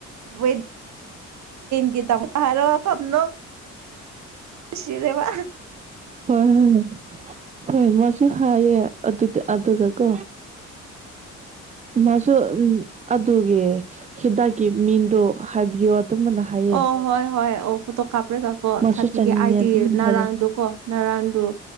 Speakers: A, on the right; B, on the right.
A: ꯑꯣꯏ ꯒꯤ ꯇꯃ ꯀꯥꯔꯣꯅꯣ ꯁꯤꯔꯦꯕ
B: ꯍꯣꯏ ꯍꯣꯏ ꯍꯣꯏ ꯃꯣꯏꯁꯨ ꯍꯥꯏꯌꯦ ꯑꯗꯨꯗꯤ ꯑꯗꯨꯒ ꯀꯣ ꯃꯥꯁꯨ ꯎ ꯑꯗꯨꯒꯤ ꯍꯤꯗꯥꯛꯀꯤ ꯃꯤꯡꯗꯣ ꯍꯥꯏꯕꯤꯌꯣ ꯑꯗꯨꯃꯅ ꯍꯥꯏꯌꯦ
A: ꯑꯣ ꯍꯣꯏ ꯍꯣꯏ ꯑꯣ ꯐꯣꯇꯣ ꯀꯥꯞꯄ꯭ꯔꯦꯒꯀꯣ
B: ꯃꯥꯁꯨ
A: ꯊꯥꯄꯤꯒꯦ
B: ꯆꯥꯅꯤꯡꯉꯦ
A: ꯑꯩꯗꯤ
B: ꯑꯗꯨꯝꯅ
A: ꯉꯔꯥꯡꯗꯨꯀꯣ
B: ꯍꯥꯏꯌꯦ
A: ꯉꯔꯥꯡꯗꯨ